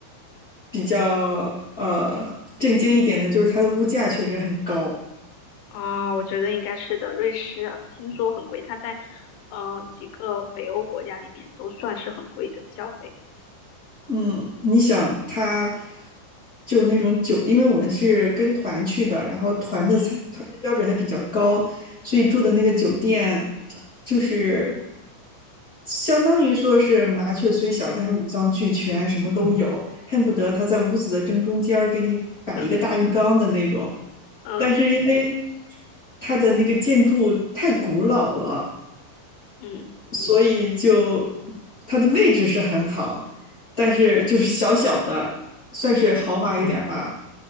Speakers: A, on the left; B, on the left.
A: 比较呃震惊一点的就是它的物价确实很高。
B: 啊，我觉得应该是的。瑞士啊听说很贵，它在呃几个北欧国家里面都算是很贵的消费。
A: 嗯，你想他就那种酒，因为我们是跟团去的，然后团的餐团的标准还比较高，
B: 嗯
A: 所以住的那个酒店就是相当于说是麻雀虽小，但是五脏俱全，
B: 嗯
A: 什么都有，恨不得他在屋子的正中间儿给你摆一个大浴缸的那种。
B: 哼嗯
A: 但是因为它的那个建筑太古老了，
B: 嗯
A: 所以就它的位置是很好，但是就是小小的，算是豪华一点吧，
B: 嗯
A: 嗯